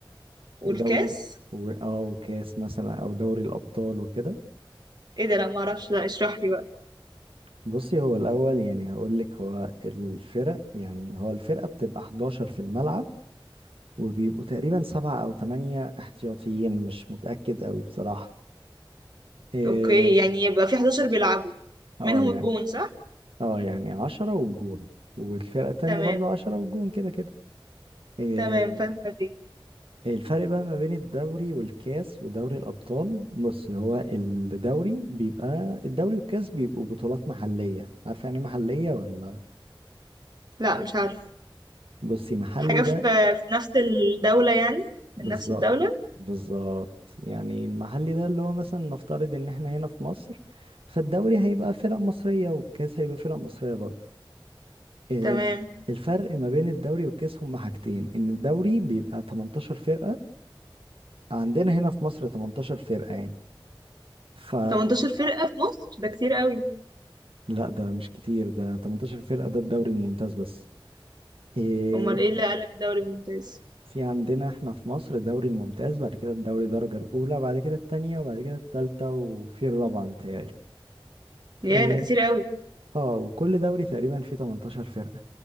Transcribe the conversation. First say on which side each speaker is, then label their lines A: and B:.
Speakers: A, on the right; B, on the right.
A: والكاس
B: ودوري و... اه وكاس مثلا او دوري الابطال وكده
A: ايه ده لا ما اعرفش لا اشرح لي بقى
B: بصي هو الاول يعني هقول لك هو الفرق يعني هو الفرقه بتبقى 11 في الملعب وبيبقوا تقريبا سبعة أو تمانية احتياطيين مش متأكد أوي بصراحة إيه
A: اوكي يعني يبقى في 11 بيلعبوا
B: اه
A: منهم
B: يعني
A: الجون صح
B: اه يعني عشرة والجون والفرقة التانية
A: تمام
B: برضو عشرة والجون كده كده إيه
A: تمام فاهمة دي
B: الفرق بقى ما بين الدوري والكاس ودوري الأبطال بص هو الدوري بيبقى الدوري والكاس بيبقوا بطولات محلية عارفة يعني إيه محلية ولا
A: لا مش عارفة
B: بصي محلي
A: حاجة
B: ده
A: في في نفس الدولة يعني
B: بالظبط
A: من نفس الدولة
B: بالظبط يعني المحلي ده اللي هو مثلا نفترض ان احنا هنا في مصر فالدوري هيبقى فرق مصرية والكاس هيبقى فرق مصرية برضه إيه
A: تمام
B: الفرق ما بين الدوري والكاس هما حاجتين ان الدوري بيبقى 18 فرقة عندنا هنا في مصر 18 فرقة يعني ف
A: 18 فرقة في مصر ده كتير قوي
B: لا ده مش كتير ده 18 فرقة ده الدوري الممتاز بس إيه
A: امال ايه اللي اقل من الدوري الممتاز
B: في عندنا احنا في مصر الدوري الممتاز بعد كده الدوري الدرجة الأولى بعد كده التانية وبعد كده التالتة وفي الرابعة متهيألي
A: يا
B: آه،
A: ده كتير قوي
B: اه وكل دوري تقريبا فيه 18 فرقة